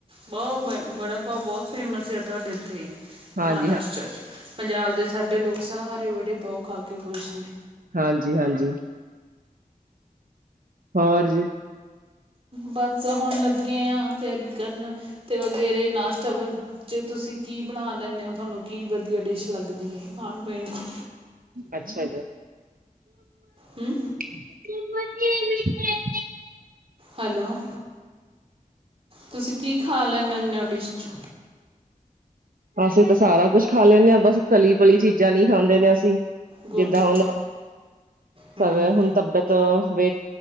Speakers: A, on the right (about 40°); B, on the right (about 75°).
A: ਬਾਊ ਬ ਬੜਾ-ਭਾਉ ਬਹੁਤ ਫੇਮਸ ਆ ਤੁਹਾਡੇ ਏਥੇ,
B: ਹਾਂਜੀ
A: ਮਹਾਰਾਸ਼ਟਰਾ
B: ਹਾਂ
A: ਚ। ਪੰਜਾਬ ਦੇ ਸਾਡੇ ਲੋਕ ਸਾਰੇ ਬੜੇ-ਪਾਓ ਖਾ ਕੇ ਖੁਸ਼ ਨੇ।
B: ਹਾਂਜੀ-ਹਾਂਜੀ। ਹੋਰ ਜੀ?
A: ਬਸ ਹੁਣ ਲੱਗੇ ਆਂ ਤਿਆਰੀ ਕਰਨ ਤੇ ਵਗੈਰੇ ਨਾਸ਼ਤ ਵ ਚ' ਤੁਸੀਂ ਕੀ ਬਣਾ ਲੈਂਣੇ ਔ? ਤੁਹਾਨੂੰ ਕੀ ਵਧੀਆ ਡਿਸ਼ ਲੱਗਦੀ ਏ ਖਾਂਣ-ਪੀਣ ਚ?
B: ਅੱਛਾ ਜੀ।
A: ਹੁੰ।
B: <unintelligible>
A: ਹੇਲੋ, ਤੁਸੀਂ ਕੀ ਖਾ ਲੈਂਨੇ ਉਨੇ ਔ ਡਿਸ਼ ਚ'?
B: ਅਸੀਂ ਤਾਂ ਸਾਰਾ ਕੁਝ ਖਾ ਲੈਂਣੇ ਆਂ ਬਸ ਤਲੀ-ਵਲੀ ਚੀਜ਼ਾਂ ਨੀ ਖਾਂਦੇ ਨੇ ਅਸੀਂ,
A: ਗੁੱਡ
B: ਜਿੱਦਾਂ ਹੁਣ <unintelligible>
A: ਹੂੰ ਹੂੰ
B: ਹੁਣ ਤਬਬੰਤ ਵੇਟ